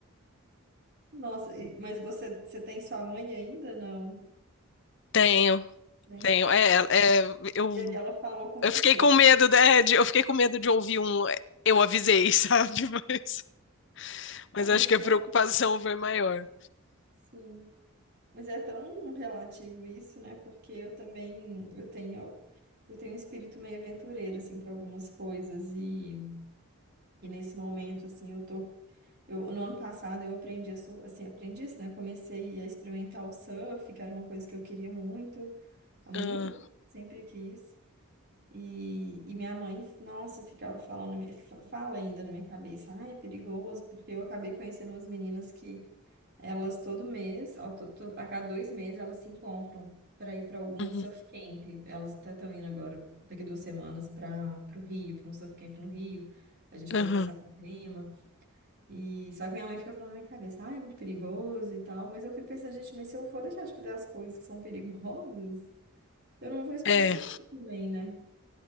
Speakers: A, on the right; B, on the left.
A: Nossa, e- mas você, você tem sua mãe ainda? Não.
B: Tenho,
A: Tem?
B: tenho. É, é, eu,
A: E aí ela falou com você.
B: eu fiquei com medo, né, de, eu fiquei com medo de ouvir um. "É, Eu avisei, <laughs> sabe? Mas, mas
A: Ah, mas
B: acho
A: isso
B: que a preocupação
A: é
B: foi maior.
A: sim. Mas é tão relativo isso, né? Porque eu também eu tenho eu tenho um espírito meio aventureiro assim para algumas coisas e, e nesse momento assim eu tô eu no ano passado eu aprendi a sur- assim aprendi isso, né? Comecei a experimentar o surf, que era uma coisa que eu queria muito, há muito
B: Ah,
A: tempo, sempre quis. E, e minha mãe, nossa, ficava falando, na minha- fala ainda na minha cabeça, ai, é perigoso, porque eu acabei conhecendo umas meninas que elas todo mês, ó, to- to- a cada dois meses, elas se encontram para ir para algum
B: uhum,
A: surf camp. Elas até estão indo agora, daqui duas semanas, para o Rio, para um surf camp no Rio. A gente foi
B: aham.
A: para Saquarema. E só que minha mãe fica falando na minha cabeça, ah, é muito perigoso e tal. Mas eu fico pensando, gente, mas se eu for deixar de fazer as coisas que são <laughs> perigosas, eu não vou experimentar
B: É,
A: também, né?